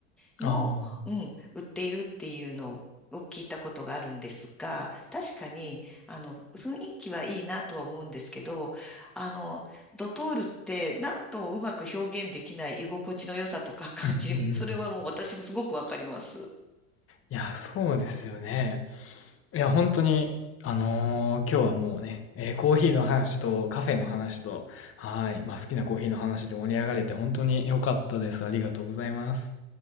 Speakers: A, in the centre; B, on the left.
A: も、
B: ああ。
A: うん、売っているっていうのを聞いたことがあるんですが、確かに、あの、雰囲気はいいなとは思うんですけど、あの、ドトールってなんともうまく表現できない居心地の良さとか感じ、
B: うんうんうん。
A: それはもう私もすごくわかります。
B: いや、そうですよね。いや、本当に、あのー今日はもうね、えーコーヒーの話とカフェの話と、はい、まあ、好きなコーヒーの話で盛り上がれて本当に良かったです。ありがとうございます。